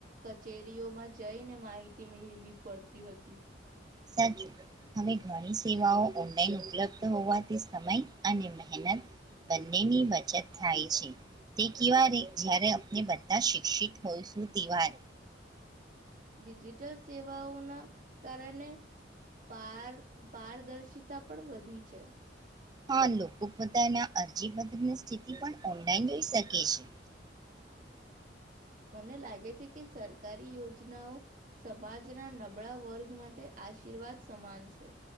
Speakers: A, on the right; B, on the right.
A: કચેરીઓમાં જઈને માહિતી મેળવી પડતી હતી.
B: સાચું, હવે ઘણી સેવાઓ ઓનલાઈન ઉપલબ્ધ હોવાથી સમય અને મહેનત બંનેની બચત થાય છે. તે કેવા રે જયારે અ- ને બધા શિક્ષિત હોય, સુતિવાર
A: ડિજિટલ સેવાઓના કારણે પાર પારદર્શિતા પણ વધી છે.
B: હા લોકો પોતાના અરજી બદલીની સ્થિતિ પણ ઓનલાઈન લઈ શકે છે.
A: મને લાગે છે કે સરકારી યોજનાઓ સમાજના નબળા વર્ગ માટે આશીર્વાદ સમાન છે.